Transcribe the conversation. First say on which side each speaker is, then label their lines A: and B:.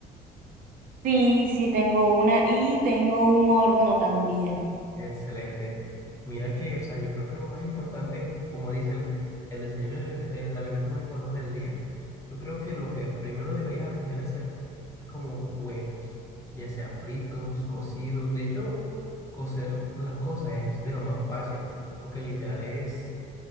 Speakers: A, on the right; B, on the left.
A: Sí, sí, tengo una y tengo un horno también.
B: Excelente. Mira que, o sea, yo creo que lo más importante, como dicen, el desayuno es el, el alimento más importante del día. Yo creo que lo que primero deberías aprender a hacer es como huevos, ya sea fritos, cocidos. De hecho, cocer las cosas es de lo más fácil, porque literal es,